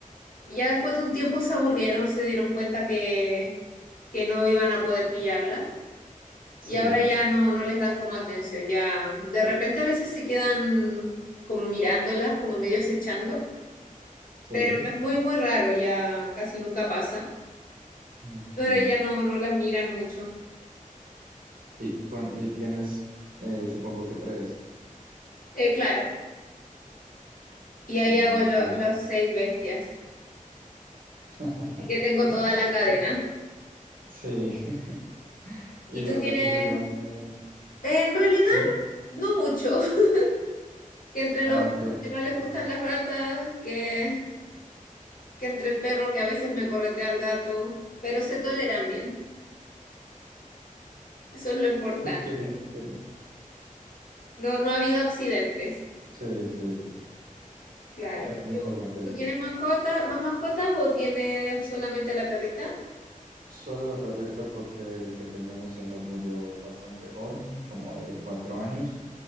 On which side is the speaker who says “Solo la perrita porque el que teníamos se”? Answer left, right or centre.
Right